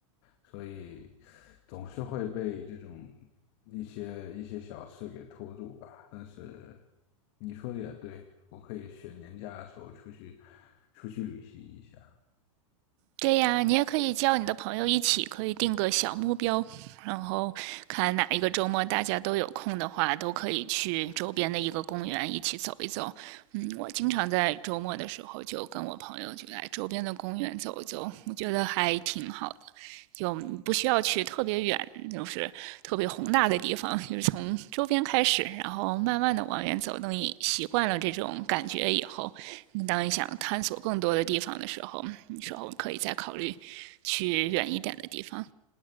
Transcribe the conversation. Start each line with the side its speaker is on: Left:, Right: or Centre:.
Left: 所以总是会被这种一些一些小事给拖住吧。但是你说的也对，我可以选年假的时候出去出去旅行一下。
Right: 对呀，你也可以叫你的朋友一起，可以定个小目标，然后看哪一个周末大家都有空的话，都可以去周边的一个公园一起走一走。嗯我经常在周末的时候就跟我朋友就来周边的公园走一走，我觉得还挺好的。就你不需要去特别远，就是特别宏大的地方，就是从周边开始，然后慢慢的往远走。等你习惯了这种感觉以后，当你想探索更多的地方的时候，你说我可以再考虑去远一点的地方。